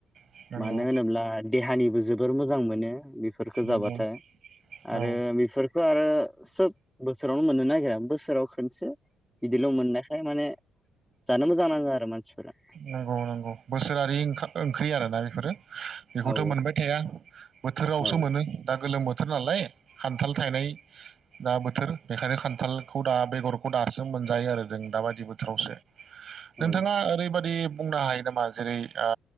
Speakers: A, on the right (about 50°); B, in the centre.
A: नंगौ
B: मानो होनोब्ला देहानिबो जोबोर मोजां मोनो बेफोरखौ
A: नंगौ
B: जाबाथाय
A: औ
B: आरो बेफोरखो आरो सोब बोसोरावनो मोननो नागिरा बोसोराव खनसे बिदिल मोननायखाय माने जानो मोजां नाङो आरो मानसिफोरा।
A: नंगौ नंगौ बोसोरारि ओंखा ओंख्रि आरोना बेफोरो। <unintelligible> बेखौथ
B: औ
A: मोनबाय थाया बोथोरावसो
B: औ
A: मोनो दा गोलोम बो थोर नालाय खान्थाल थायनाय दा बोथोर बेखायनो खान्थालखौ दा बेगरखौ दासो मोनजायो आरो जों दाबादि बोथोरावसो। <unintelligible> नोंथाङा
B: औ
A: ओरैबाद इ बुंनो हायो नामा जेरै आ